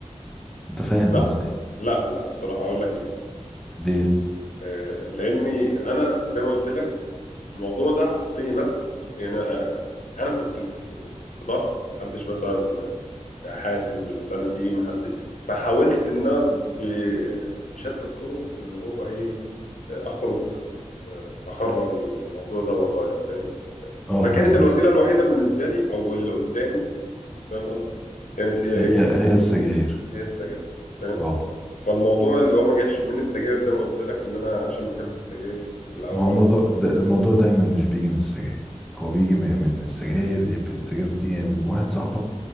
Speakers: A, in the centre; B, on the left.
A: انت فاهم
B: لا
A: قصدي يعني
B: لا لا الصراحة أقول لك ليه
A: ليه
B: آه، لأني أنا زي ما قلت لك الموضوع ده حطني بس يعني آه، أنا كنت في في ضغط محدش مثلا حاسس باللي أنا فيه محد فحاولت إن أنا ب- بشتى الطرق اللي هو إيه آه، أخرج آه، أخرج الموضوع ده برايا فاهم
A: اه
B: فكانت
A: فاهمك
B: الوسيلة
A: يا صاحبي.
B: الوحيدة بالنسبة لي أو اللي قدامي فاهم قصدي كانت هي إيه
A: هي هي السجاير
B: هي السجاير فاهم
A: اه
B: فالموضوع اللي هو ما جاش من السجاير زي ما قلت لك ان انا عشان بحب السجاير في الاول
A: ما هو موضوع ده الموضوع دايما مش بيجي من السجاير هو بيجي من من السجاير إيه، السجاير بتيجي من واحد صاحبك